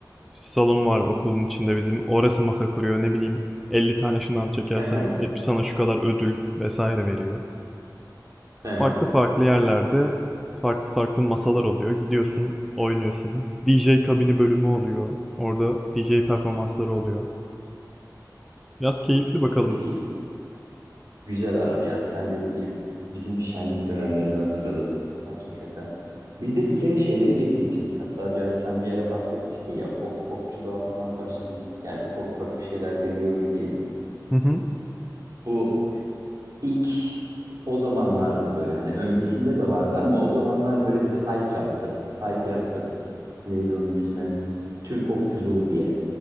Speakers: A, in the centre; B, on the right.
A: salonu var okulun içinde bizim orası masa kuruyor ne bileyim 50 tane şınav çekersen
B: Hı hı,
A: hep sana şu kadar ödül vesaire veriyor.
B: hı
A: Farklı farklı yerlerde farklı farklı masalar oluyor gidiyorsun oynuyorsun DJ kabini bölümü oluyor orada DJ performansları oluyor. Biraz keyifli bakalım.
B: Çok iyi. Güzel abi ya. Sen dedikçe bizim şenlik dönemlerini hatırladım. Hakikaten. Biz de bir kere şeyleri getirmiştik. Hatta biraz sen bir ara bahsetmiştin ya ok, okçuluğa falan başladım. Yani ufak ufak bir şeyler deniyorum diye.
A: Hı hı.
B: Bu ilk o zamanlardı böyle. Hani öncesinde de vardı ama o zamanlar böyle bir hype yaptı. Hype yaptı. neydi onun ismi? Türk okçuluğu diye.